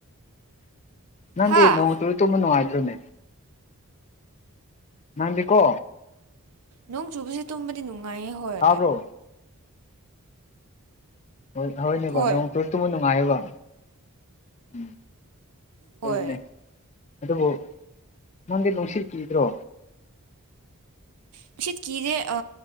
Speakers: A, on the left (about 30°); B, on the right (about 85°).
A: ꯅꯪꯗꯤ
B: ꯍꯥ
A: ꯅꯣꯡ ꯆꯨꯔ ꯇꯨꯝꯕ ꯅꯨꯡꯉꯥꯏꯗ꯭ꯔꯣꯅꯦ ꯅꯪꯗꯤꯀꯣ
B: ꯅꯣꯡ ꯆꯨꯕꯁꯦ ꯇꯨꯝꯕꯗꯤ ꯅꯨꯡꯉꯥꯏꯌꯦ ꯍꯣꯏ
A: ꯇꯥꯕ꯭ꯔꯣ ꯍꯣꯏ ꯍꯣꯏꯅꯦꯕꯣ
B: ꯍꯣꯏ
A: ꯅꯣꯡ ꯇꯠꯇꯨꯃ ꯅꯨꯡꯉꯥꯏꯕ ꯎꯝ
B: ꯍꯣꯏ
A: ꯑꯗꯨꯅꯦ ꯑꯗꯨꯕꯨ ꯅꯪꯗꯤ ꯅꯨꯡꯁꯤꯠ ꯀꯤꯗ꯭ꯔꯣ
B: ꯅꯨꯡꯁꯤꯠ ꯀꯤꯗꯦ ꯑ